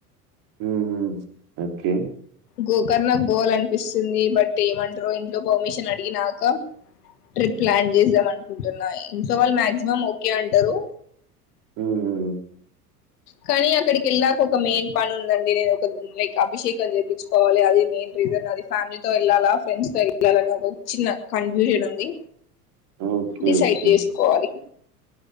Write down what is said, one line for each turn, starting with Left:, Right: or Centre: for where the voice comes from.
Right: హుహు. ఓకే
Left: గోకర్ణకు బోవాలనిపిస్తుంది, బట్ ఏమంటారో ఇంట్లో పర్మిషన్ అడిగినక ట్రిప్ ప్లాన్ చేసాం అనుకుంటున్నా ఇంట్లో వాళ్ళు మాక్సిమం ఓకే అంటరు.
Right: హ్మ్.
Left: కానీ అక్కడికి వెళ్ళాకా ఒక మెయిన్ పని ఉందండి. నేను ఒక లైక్ అభిషేకం జెపించుకోవాలి అది మెయిన్ రీజన్ అది, ఫ్యామిలీతో ఎళ్ళాలా, ఫ్రెండ్స్ తో ఎళ్ళాలా, అనే ఒక చిన్న కన్ఫ్యూజన్ ఉంది.
Right: ఓకే.
Left: Decide
Right: okay.
Left: జేస్ కోవాలి